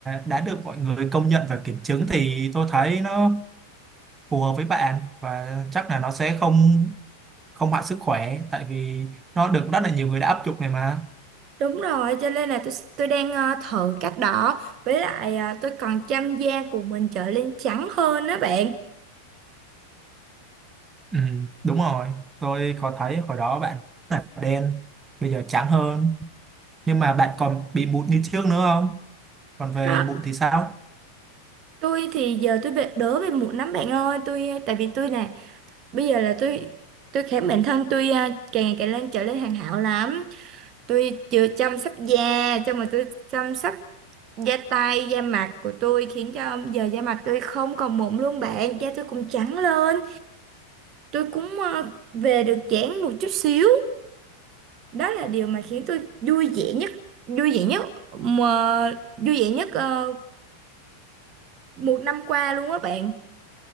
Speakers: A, on the right; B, on the right.
A: đã được mọi người công nhận và kiểm chứng thì tôi thấy nó phù hợp với bạn và chắc là nó sẽ không không hại sức khỏe tại vì nó được rất là nhiều người đã áp dụng này mà
B: Đúng rồi, cho nên là tôi tôi đang ờ, thử cách đó với lại ờ, tôi còn chăm da của mình trở lên trắng hơn đó bạn.
A: ừ, đúng rồi tôi có thấy hồi đó bạn là đen bây giờ trắng hơn nhưng mà bạn còn bị mụn như trước nữa không còn về
B: Đó.
A: mụn thì sao
B: Tôi thì giờ tôi bị đỡ về mụn lắm bạn ơi, tôi tại vì tôi nè, bây giờ là tôi tôi khám bản thân tôi ờ, càng ngày càng lên trở lên hoàn hảo lắm. Tôi chưa chăm sóc da, cho mà tôi chăm sóc da tay, da mặt của tôi khiến cho giờ da mặt tôi không còn mụn luôn bạn, da tôi cũng trắng lên. Tôi cũng ờ, về được dáng một chút xíu. đó là điều mà khiến tôi vui vẻ nhất vui vẻ nhất mà vui vẻ nhất ờ, một năm qua luôn á bạn